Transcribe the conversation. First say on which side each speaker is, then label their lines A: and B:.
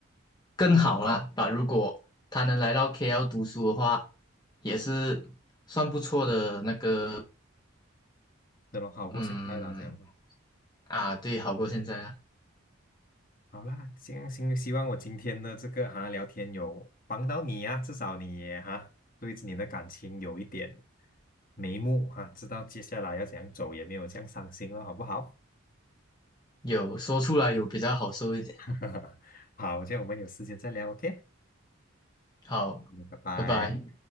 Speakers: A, on the left (about 20°); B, on the left (about 45°).
A: 更好啦。把如果他能来到 KL 读书的话，也是算不错的那个，
B: 那么好过现在啦，
A: 嗯，
B: 这样子。
A: 啊，对，好过现在啊，
B: 好啦，行行，希望我今天的这个哈聊天有帮到你呀、至少你也哈对你的感情有一点眉目啊，知道接下来要怎样走，也没有这样伤心了，好不好？
A: 有说出来有比较好受一点。
B: <laughs> 好，这样我们有时间再聊，OK？OK，
A: 好，
B: 拜拜。
A: 拜拜。